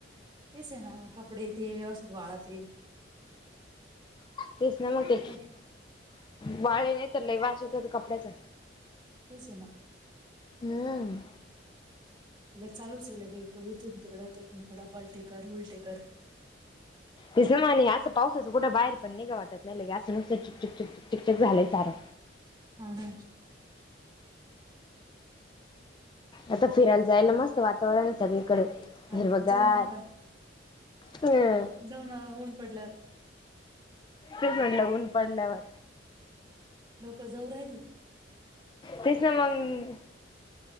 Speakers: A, on the right; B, on the left.
A: तेच आहे ना मग, कपडे ते व्यवस्थित वाळते
B: तेच ना मग, ते
A: काय
B: वाळे नाही तर लई वास येतो, त्या कपड्याचा.
A: तेच ना.
B: हम्म.
A: चालूच आहे चे लगे इथून तिकडं, तिथून इकडं, पलटे कर, उलटे कर
B: तसं म्हणे असं पावसाचं कुठं बाहेर पण नाही जाऊ वाटत ना लगे असं नुसत, चिक चिक चिक चिक टिक टिक झालंय सारं.
A: हाव ना.
B: आता फिरायला जायला मस्त वातावरण आहे सगळीकडे.
A: हा
B: हिरवगार
A: जाऊ ना आपण
B: हम्म
A: जाऊ ना ऊन पडल्यावर.
B: तेच म्हणलं ऊन पडल्यावर.
A: लोक जाऊ राहिले.
B: तेच ना मंग